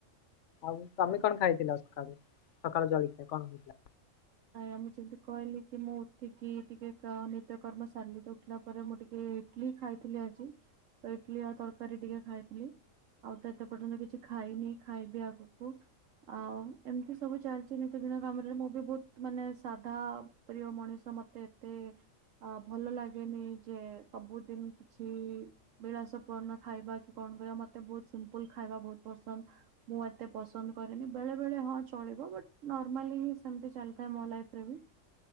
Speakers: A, on the left; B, on the right.
A: ଆଉ ତୋମେ କଣ ଖାଇଥିଲ ସକାଳୁ? ସକାଳୁ ଜଳିଖିଆ କଣ ହେଇଥିଲା?
B: ଆଜ୍ଞା ମୁଁ ଯେମିତି କହିଲି କି ମୁଁ ଉଠିକି ଟିକେ କ- ନିତ୍ୟକର୍ମ ସାରିଲି। ତ ଉଠିଲା ପରେ ମୁଁ ଟିକେ ଇଟଲି ଖାଇଥିଲି ଆଜି, ତ ଇଟଲି ଆଉ ତରକାରୀ ଟିକେ ଖାଇଥିଲି। ଆଉ ତ ଏତେ ପର୍ଯ୍ୟନ୍ତ କିଛି ଖାଇନି, ଖାଇବି ଆଗକୁ। ଆଉ ଏମିତି ସବୁ ଚାଲିଛି ନିତି ଦିନ କାମରେ ମୁଁ ବି ବହୁତ ତ ମାନେ ସାଧା ପ୍ରିୟ ମଣିଷ ମୋତେ ଏତେ ଅ, ଭଲ ଲାଗେନି ଯେ ସବୁଦିନ କିଛି ବିଳାସ ପଣ ଖାଇବା କି କଣ କରିବା ମତେ ବୋହୁତ୍ ସିମ୍ପୁଲ୍ ଖାଇବା ବୋହୁତ୍ ପସନ୍ଦ୍। ମୁଁ ଏତେ ପସନ୍ଦ କରେନି ବେଳେ ବେଳେ ହଁ ଚଳିବ ବଟ୍ ନର୍ମାଲି ସେମ୍ତି ଚାଲ୍ ଥାଏ ମୋ ଲାଇଫ ରେ ବି।